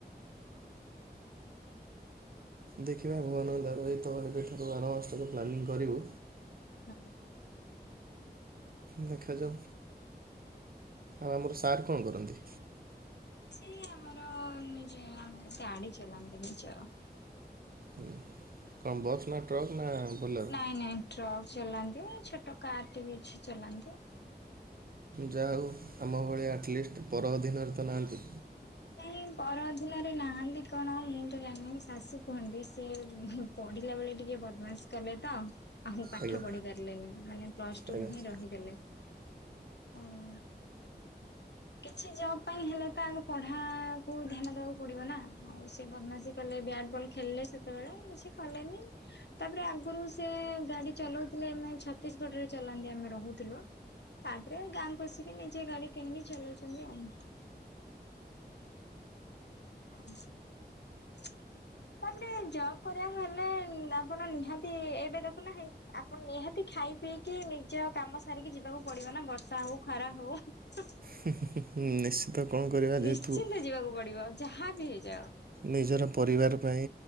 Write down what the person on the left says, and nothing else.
ହୁଁ।
<unintelligible>
ସେ ଆମର ନିଜେ ଆମର ଗାଡି ଚଲାନ୍ତି ନିଜର।
ନାଇଁ ନାଇଁ ଟ୍ରକ୍ ଚଲାନ୍ତି, ଛୋଟ କାର୍ ଟି ବି ଅଛି ଚଲାନ୍ତି।
ନାଇଁ ପର ଅଧୀିନରେ ନାହାନ୍ତି କଣ ମୁଁ ତ ଜାଣିନି ଶାଶୁ କୁହନ୍ତି ସେ ପଢିଲା ବେଳେ ଟିକେ ବଦମାସ କଲେ ତ ଆଉ ପାଠ
ପଢି ପାରିଲେନି ମାନେ ପ୍ଲସ ଟୁ
ରୁ ହିଁ ରହି ଗଲେ ଆଉ କିଛି ଜବ ପାଇଁ ହେଲେ ତ ପଢା କୁ ଧ୍ୟାନ ଦେବାକୁ ପଡିବ ନା ଆଉ ସେ ବଦମାଶୀ କଲେ ବ୍ୟାଟ୍ ବଲ୍ ଖେଳିଲେ ସେ ସେତେବେଳେ କିଛି କଲେନି। ତାପରେ ଆଗରୁ ସେ ଗାଡି ଚଲଉଥିଲେ ମାନେ ଛତିଶଗଡରେ ଚଲାନ୍ତି ଆମେ ରହୁଥିଲୁ। ତାପରେ ଗାଁକୁ ଆସିକି ନିଜେ ଗାଡି କିଣିକି ଚଲଉଛନ୍ତି ଆଉ। ହଁ। ତାପରେ ଜବ୍ କରିବାକୁ ହେଲେ ଆପଣ ନିହାତି ଏବେ ଦେଖୁନା ହେଇ ଆପଣ ନିହାତି ଖାଇ ପିଇକି ନିଜ କାମ ସାରିକି ଯିବାକୁ ପଡିବ ନା ବର୍ଷା ହଉ ଖରା ହଉ। ହ।
ନିଶ୍ଚିନ୍ତ
ଯିବାକୁ ପଡିବ। ଯାହା ବି ହେଇଯାଉ।